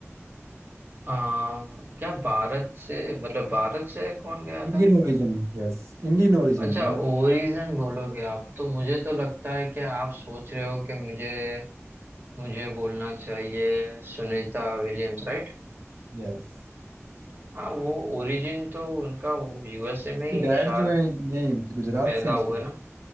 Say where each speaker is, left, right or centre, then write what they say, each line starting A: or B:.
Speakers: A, on the right; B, on the right.
A: आ, क्या भारत से मतलब भारत से कौन गया
B: Indian
A: था
B: origin yes Indian origin
A: अच्छा
B: not
A: ओरिजिन बोलोगे आप तो मुझे तो लगता है कि आप सोच रहे हो कि मुझे मुझे बोलना चाहिए सुनीता विलियम्स राइट
B: Yes
A: हाँ वो ओरिजिन तो उनका यूएसए में ही
B: Dad
A: शायद
B: जो है नहीं गुजरात
A: पैदा
B: से हैं उसके
A: हुए ना